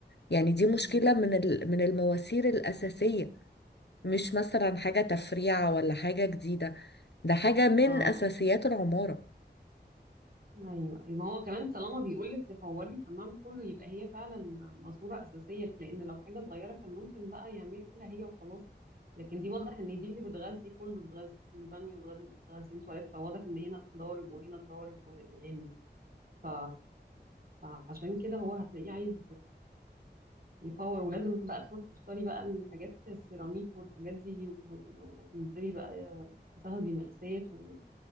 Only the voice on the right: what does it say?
امم.
اه
ايوه ايوه ما هو كمان طالما بيقول لك تفوري الحمام كله يبقى هي فعلا ماسوره اساسيه لان لو حاجه صغيره كان ممكن بقى يعملها هي وخلاص لكن دي واضح ان دي اللي بتغذي كله بتغذي البانيو وبتغذي التواليت فواضح ان هنا ضارب وهنا ضارب وهنا يعني ف... فعشان كده هو هتلاقيه عايز يفور ولازم بقى تروحي تختاري بقى الحاجات السيراميك والحاجات دي وت- وتنزلي بقى وتاخدي مقاسات وال-